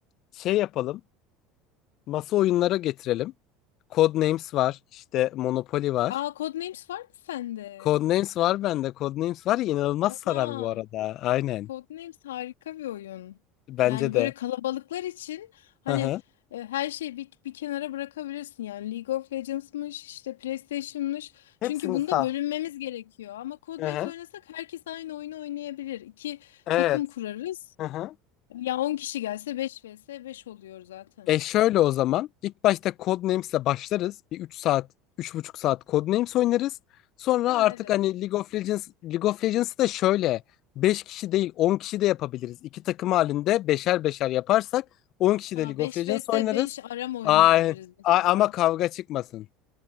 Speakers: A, on the left; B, on the left.
A: şey yapalım. Masa oyunlara getirelim. Codenames var. işte Monopoly var.
B: Aa Codenames var mı sende?
A: Codenames var bende. Codenames var ya inanılmaz
B: Oha.
A: sarar bu arada. Aynen.
B: Codenames harika bir oyun.
A: Bence
B: Yani
A: de.
B: böyle kalabalıklar için hani
A: Hı hı.
B: e, her şeyi bir, bir kenara bırakabilirsin. Yani League of Legends'mış işte PlayStation'mış.
A: Hepsini
B: Çünkü bunda
A: sal.
B: bölünmemiz gerekiyor. Ama Codenames
A: Hı hı.
B: oynasak herkes aynı oyunu oynayabilir. İki
A: Evet.
B: takım kurarız.
A: Hı hı.
B: Ya 10 kişi gelse 5 vs 5 oluyor zaten.
A: E şöyle o zaman. İlk başta Codenames'le başlarız. Bir 3 saat, üç buçuk saat Codenames oynarız. Sonra
B: Ha
A: artık
B: evet.
A: hani League of Legends, League of Legends'ı da şöyle 5 kişi değil 10 kişi de yapabiliriz. İki takım halinde beşer beşer yaparsak 10 kişi
B: Ha
A: de League
B: 5
A: of Legends
B: vs
A: oynarız.
B: 5 aram oynayabiliriz
A: Ay,
B: mesela.
A: ay- ama kavga çıkmasın.